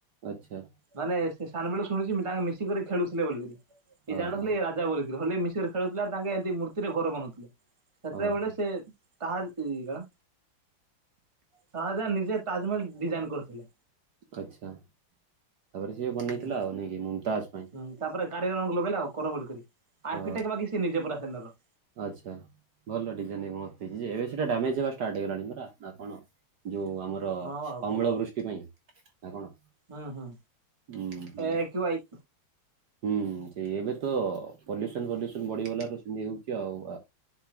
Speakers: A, on the right (about 60°); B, on the right (about 15°).
A: ଆଚ୍ଛା।
B: ମାନେ ସେ ସାନବେଲୁ ଶୁଣିଚି ମି ତାଙ୍କ ମିଶିକରି ଖେଳୁଥିଲେ ବୋଲିକିରି ଇଏ
A: ଓହୋ
B: ଜାଣୁନଥିଲେ ଇଏ ରାଜା ବୋଲିକିରି ହଲେଇ ମିଶର ଖେଳୁଥିଲାର ତାଙ୍କେ ଏତି ମୂର୍ତ୍ତିରେ ଘର ବନଉଥିଲେ ସେତେବେଳେ
A: ଓହୋ
B: ସେ ତାହାଲ ଲିଗା ଶାହାଜାନ ନିଜେ ତାଜମହଲ୍ ଡିଜାଇନ କରିଥିଲେ।
A: ଆଚ୍ଛା ତାପରେ ସିଏ ବନେଇଥିଲା
B: ହୁଁ।
A: ଆଉ ନାଇଁକି ମୁମତାଜ୍ ପାଇଁ ‌?
B: ହୁଁ ତାପରେ କାରିଗରଙ୍କୁ ଲଗେଇଲା ଆଉ କର ବୋଲି କିରି ଆର୍କିଟେକ୍ଟ
A: ଓ
B: ବାକି ସେ ନିଜେ ପୁରା ସେନର।
A: ଆଚ୍ଛା ଭଲ ଡିଜାଇନ୍ ମସ୍ତ ହେଇଚି ଯେ ଏବେ ସେଟା ଡାମେଜ୍ ହେବା ଷ୍ଟାର୍ଟ ହେଇଗଲାଣି ପରା ନା କଣ? ଯୋଉ ଆମର
B: ହଁ ଆଉ କଣ
A: ଅମ୍ଳ ବୃଷ୍ଟି ପାଇଁ ନା କଣ?
B: ହୁଁ ହୁଁ
A: ହୁଁ ହୁଁ
B: ଏ କ୍ଷୁଆଇ
A: ହୁଁ ସେଇ ଏବେ ତ ପଲ୍ୟୁସନ୍ ଫଲ୍ୟୁସନ୍ ବଢ଼ିଗଲାରୁ ସେମତି ହଉଚି ଆଉ।